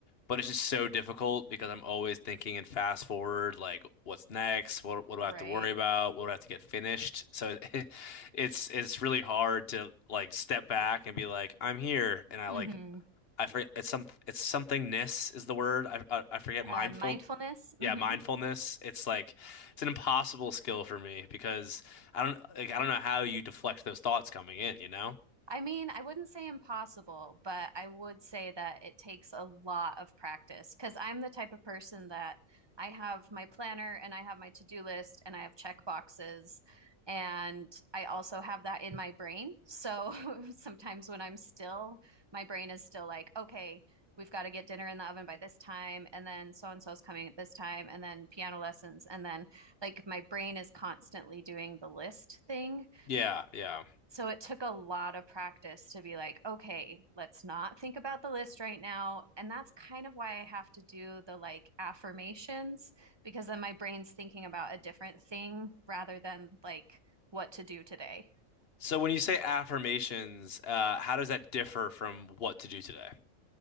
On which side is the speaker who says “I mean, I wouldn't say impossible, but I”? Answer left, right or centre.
Right